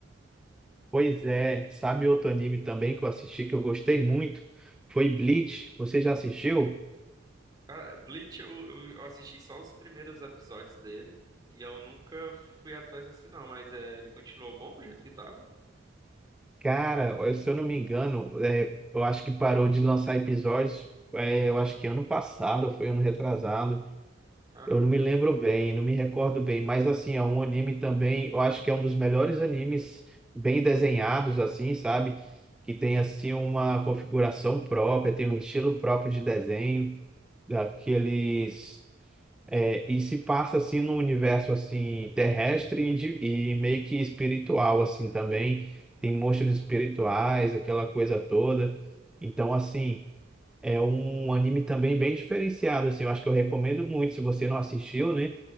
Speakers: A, in the centre; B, on the right.
A: Pois é, sabe outro anime também que eu assisti que eu gostei muito? Foi Bleach. Você já assistiu?
B: Cara, Bleach eu, eu eu assisti só os primeiros episódios dele. E eu nunca fui atrás assim, não, mas é, ele continuou bom do jeito que tava?
A: Cara, eu- se eu não me engano, é, eu acho que parou de lançar episódios, é, eu acho que ano passado, foi ano retrasado.
B: Caramba.
A: Eu não me lembro bem, não me recordo bem, mas assim, é um anime também, eu acho que é um dos melhores animes bem desenhados, assim, sabe? Que tem assim uma configuração própria, tem um estilo próprio de desenho, daqueles. É, e se passa assim no universo assim terrestre e, de- e meio que espiritual assim também. Tem monstros espirituais, aquela coisa toda. Então assim, é um anime também bem diferenciado assim. Eu acho que eu recomendo muito se você não assistiu, né?